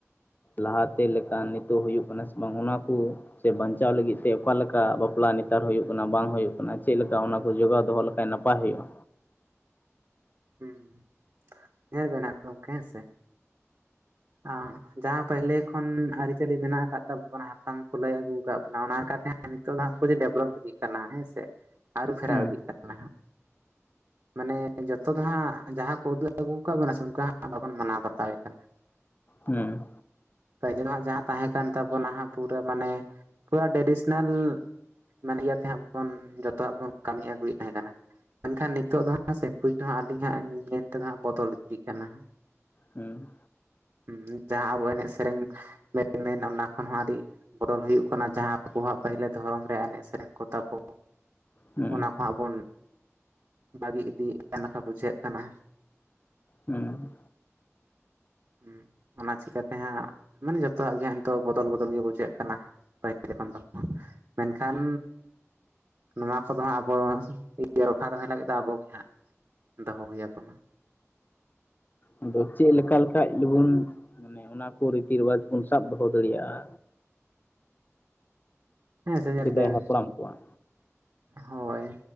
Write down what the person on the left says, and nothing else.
ᱞᱟᱦᱟᱛᱮ ᱞᱮᱠᱟ ᱱᱤᱛᱚᱜ ᱦᱩᱭᱩᱜ ᱠᱟᱱᱟ ᱥᱮ ᱵᱟᱝ ᱚᱱᱟ ᱠᱩ ᱥᱮ ᱵᱟᱧᱪᱟᱣ ᱞᱟᱹᱜᱤᱫ ᱛᱮ ᱚᱠᱟ ᱞᱮᱠᱟ ᱵᱟᱯᱞᱟ ᱱᱮᱛᱟᱨ ᱦᱩᱭᱩᱜ ᱠᱟᱱᱟ ᱵᱟᱝ ᱦᱩᱭᱩᱜ ᱠᱟᱱᱟ ᱪᱮᱫ ᱞᱮᱠᱟ ᱚᱱᱟ ᱠᱚ ᱡᱚᱜᱟᱣ ᱫᱚᱦᱚ ᱥᱮ ᱱᱟᱯᱟᱭ ᱦᱩᱭᱩᱜᱼᱟ᱾
ᱦᱩᱸ
ᱦᱩᱸ
ᱦᱩᱸ
ᱦᱩᱸ
ᱩᱸ
ᱟᱫᱚ ᱪᱮᱫ ᱞᱮᱠᱟ ᱞᱮᱠᱷᱟᱡ ᱫᱩᱵᱩᱱ ᱢᱟᱱᱮ ᱚᱱᱟ ᱠᱚ ᱨᱤᱛᱤ ᱨᱮᱣᱟᱡᱽ ᱵᱚᱱ ᱥᱟᱵ ᱫᱚᱦᱚ ᱫᱟᱲᱮᱭᱟᱜ-ᱟ?
ᱥᱮᱫᱟᱭ
ᱦᱟᱯᱲᱟᱢ ᱠᱚᱣᱟᱜ